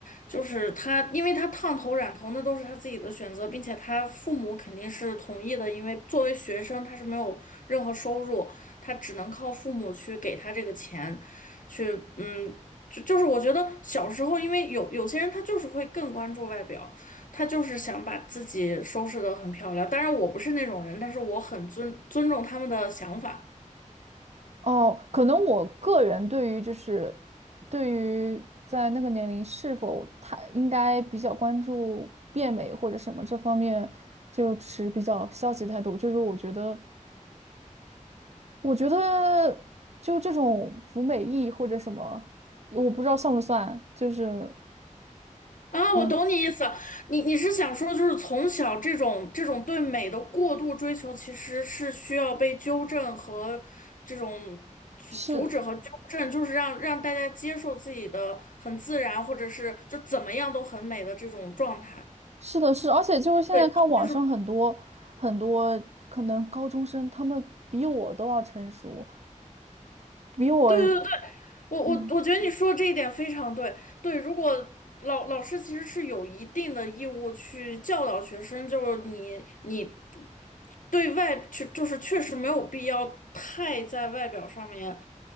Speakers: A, on the left; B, on the right.
A: 就是他，因为他烫头染头那都是他自己的选择，并且他父母肯定是同意的，因为作为学生他是没有任何收入，他只能靠父母去给他这个钱，去嗯，就就是我觉得小时候，因为有有些人他就是会更关注外表，他就是想把自己收拾得很漂亮，当然我不是那种人，但是我很尊尊重他们的想法。
B: 哦，可能我个人对于就是对于在那个年龄是否他应该比较关注变美或者什么这方面，就持比较消极态度。就是我觉得，我觉得就这种服美役或者什么，我不知道算不算，就是
A: 啊，
B: 嗯，
A: 我懂你意思，你你是想说，就是从小这种这种对美的过度追求，其实是需要被纠正和这种阻阻止和纠正，
B: 是
A: 就是让让大家接受自己的很自然，或者是就怎么样都很美的这种状态。
B: 是的是，而且就是现在看网上很多很多可能高中生，
A: 对，就是
B: 他们比我都要成熟，比我
A: 对对对，我我我觉得你说这一点非常对。
B: 嗯。
A: 对，如果老老师其实是有一定的义务去教导学生，就是你你。对外就就是确实没有必要太在外表上面，